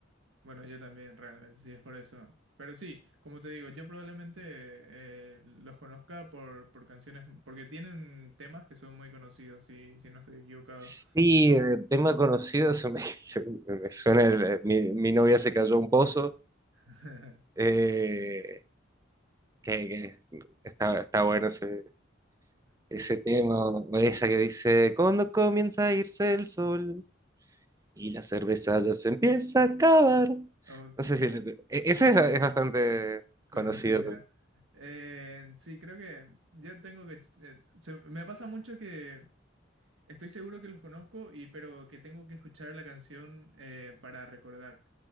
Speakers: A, on the right; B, on the right.
A: Bueno, yo también, realmente, sí, es por eso. Pero sí, como te digo, yo probablemente eh, los conozca por, por canciones, porque tienen temas que son muy conocidos, si, si no estoy equivocado.
B: sí, el tema conocido se me, <laughs> se me suena, el- mi mi novia se cayó a un pozo.
A: <laughs>
B: Eh, que, que está, está bueno ese, ese tema, o esa que dice, cuando comienza a irse el sol y la cerveza ya se empieza a acabar.
A: Ok,
B: No sé si... le- e- Ese es, es bastante
A: conocida.
B: conocido.
A: Eh, sí, creo que yo tengo que... eh, se- me pasa mucho que estoy seguro que los conozco, y, pero que tengo que escuchar la canción eh, para recordar.